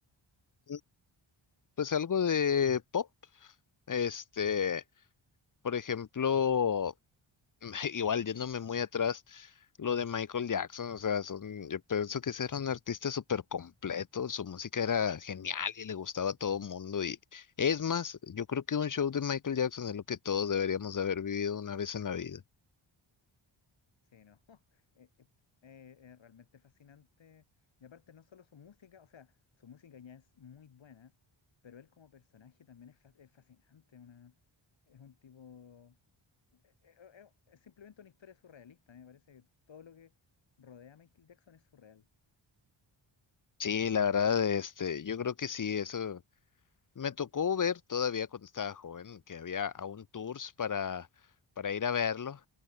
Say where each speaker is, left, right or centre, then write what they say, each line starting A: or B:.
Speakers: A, on the left; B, on the left.
A: Mm, Pues algo de pop, este, por ejemplo. <laughs> Igual yéndome muy atrás, lo de Michael Jackson, o sea, son, yo pienso que ese era un artista súper completo, su música era genial y le gustaba a todo mundo y es más, yo creo que un show de Michael Jackson es lo que todos deberíamos de haber vivido una vez en la vida.
B: Sí, no. <laughs> eh, eh, eh, Es, realmente fascinante. Y aparte, no solo su música, o sea, su música ya es muy buena, pero él como personaje también es, fa- es fascinante. Una, es un tipo. eh, eh, es simplemente una historia surrealista. Me parece que todo lo que rodea a Michael Jackson es surreal.
A: Sí, la verdad, este, yo creo que sí, eso. Me tocó ver todavía cuando estaba joven que había aún tours para, para ir a verlo